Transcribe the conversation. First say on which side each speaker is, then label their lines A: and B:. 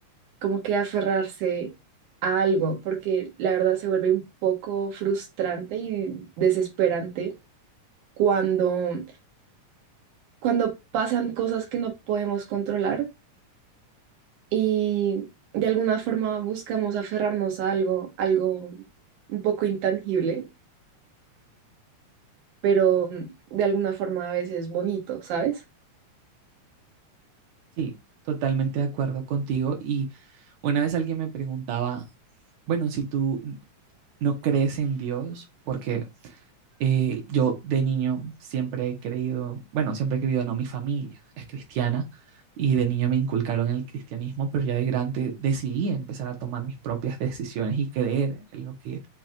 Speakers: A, on the right; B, on the right.
A: como que aferrarse a algo, porque la verdad se vuelve un poco frustrante y desesperante cuando, cuando pasan cosas que no podemos controlar y de alguna forma buscamos aferrarnos a algo, algo un poco intangible pero mm, de alguna forma a veces bonito, ¿sabes?
B: Sí, totalmente de acuerdo contigo. Y una vez alguien me preguntaba, bueno, si tú no crees en Dios, porque Eh, yo de niño siempre he creído, bueno, siempre he creído, no, mi familia es cristiana y de niño me inculcaron el cristianismo, pero ya de grande decidí empezar a tomar mis propias decisiones y creer en lo que